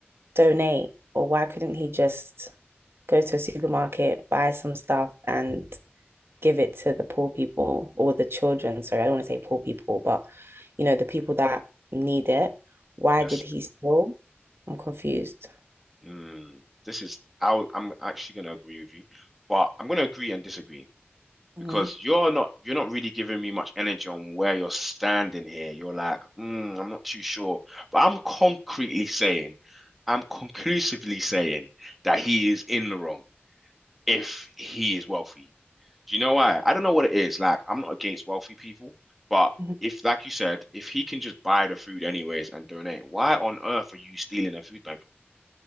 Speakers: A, on the right; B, in the centre.
A: donate or why couldn't he just go to a supermarket, buy some stuff and give it to the poor people or the children? Sorry, I don't want to say poor people, but you know, the people that need it. Why
B: Yes.
A: did he steal? I'm confused.
B: Mm. This is, I, I'm actually going to agree with you, but I'm going to agree and disagree
A: Mhm,
B: because you're not, you're not really giving me much energy on where you're standing here. You're like, mm, I'm not too sure, but I'm concretely saying, I'm conclusively saying that he is in the wrong. if he is wealthy. Do you know why? I don't know what it is. Like, I'm not against wealthy people, but
A: mhm.
B: if, like you said, if he can just buy the food anyways and donate, why on earth are you stealing a food bank?